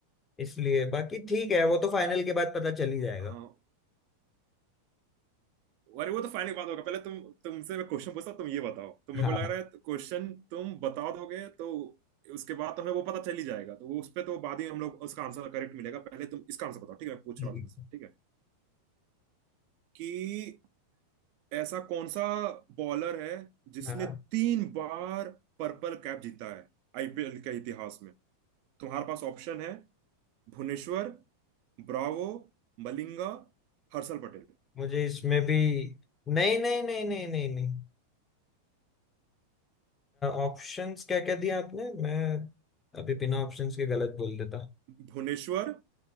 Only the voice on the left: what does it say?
इसलिए बाकी ठीक है वो तो फाइनल के बाद पता चल ही जाएगा
हाँ
ठीक
हाँ
मुझे इसमें भी नहीं नहीं नहीं नहीं नहीं नहीं ऑप्शंस क्या क्या दिया आपने मैं अभी बिना ऑप्शंस के गलत बोल देता